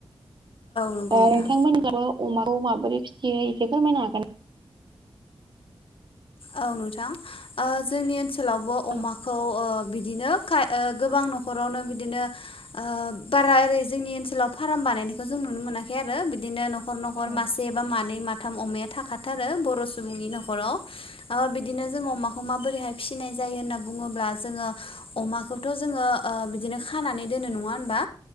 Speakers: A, on the left; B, on the right.
A: नंगौ
B: ओ
A: नोंथां
B: नोंथांमोनहाबो अमाखौ माबोरै फिथियो एसे फोरमायनो हागोन
A: औ नोंथां जोंनि ओनसोलावबो अमाखौ
B: औ
A: ओ बिब बिदिनो ओ गोबां न'खरावनो बिदिनो ओ बारा ओरै जोंनि ओनसोलाव फार्म बानाय जों नुनो मोनाखै आरो बिदिनो न'खर न'खर
B: औ
A: मासेबा मानै माथाम अमाया थाखाथारो आरो बर' सुबुं बिनि न'खराव ओ बिदिनो जों अमाखौ माबोरैहाय फिसिनाय जायो होनना बुङोब्ला जोङो अमाखौथ' जोङो ओ बिदिनो खानानै दोनो नङा होनबा